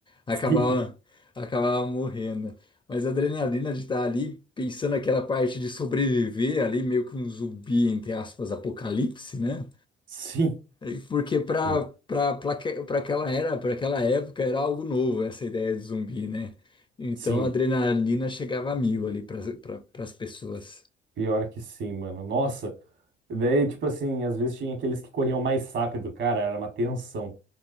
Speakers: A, on the left; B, on the right.
A: Acabava,
B: <laughs>
A: acabava morrendo. Mas a adrenalina de estar ali, pensando naquela parte de sobreviver, ali meio que um zumbi, entre aspas, apocalipse, né?
B: sim. Sim,
A: É, Porque para
B: Sim,
A: para aquela era, para aquela época era algo novo essa ideia de zumbi, né? Então
B: Sim,
A: a adrenalina chegava a mil ali para as pessoas.
B: pior que sim, mano. Nossa, daí, tipo assim, às vezes tinha aqueles que corriam mais rápido, cara, era uma tensão.